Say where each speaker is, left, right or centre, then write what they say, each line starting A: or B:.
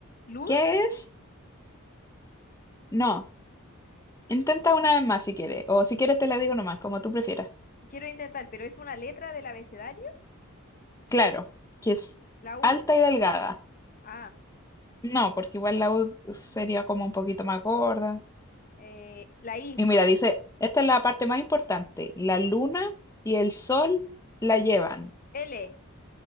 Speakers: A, on the left (about 40°); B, on the left (about 15°).
A: Luz,
B: ¿Qué es? No. Intenta una vez más si quieres, o si quieres te la digo nomás, como tú prefieras.
A: quiero intentar, pero es una letra del abecedario.
B: Claro, que es
A: La U.
B: alta y delgada.
A: ah
B: No, porque igual la U sería como un poquito más gorda.
A: eh, la I.
B: Y mira, dice, esta es la parte más importante. La luna y el sol la llevan.
A: L.